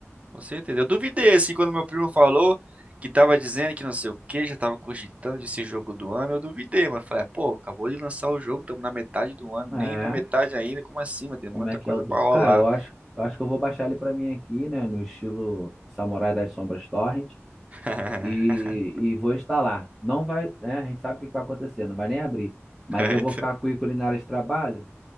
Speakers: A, on the right; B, in the centre.
A: Com certeza. Eu duvidei, assim, quando meu primo falou que tava dizendo que não sei o que, já tava cogitando de ser jogo do ano, eu duvidei, mas falei, "Ah, pô, acabou de lançar o jogo, estamos na metade do ano, nem
B: É.
A: na metade ainda, como assim, mano? Tem muita
B: Como é que
A: coisa
B: é o do...
A: pra rolar.
B: Cara, eu acho, eu acho que eu vou baixar ele pra mim aqui, né? No estilo Samurai das Sombras Torrent.
A: <laughs>
B: E, e vou instalar. Não vai, né? A gente sabe o que que vai acontecer, não vai nem abrir. Mas
A: É,
B: eu
A: então.
B: vou ficar com o ícone na área de trabalho,